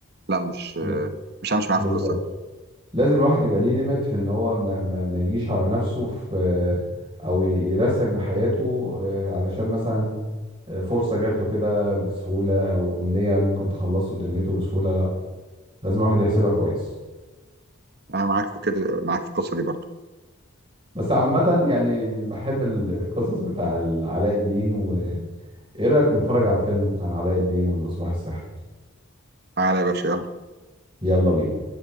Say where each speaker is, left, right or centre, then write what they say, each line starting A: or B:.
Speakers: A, on the right; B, on the right.
A: لا مش
B: ب-
A: آه، مش همشي معاك
B: بالظبط
A: في القصه دي
B: لازم الواحد يبقى ليه ليميت في ان هو ما, ما, ما يجيش على نفسه في او ي- يرسك بحياته آه، علشان مثلا فرصة جات له كده بسهولة أو أمنية ممكن تخلص له دنيته بسهولة لا لازم الواحد يحسبها كويس
A: انا معاك في كده معاك في القصه دي برضو
B: بس عامة يعني بحب القصص بتاع علاء الدين وإيه رأيك نتفرج على فيلم عن علاء الدين والمصباح السحري
A: تعالى يا باشا يلا
B: يلا بينا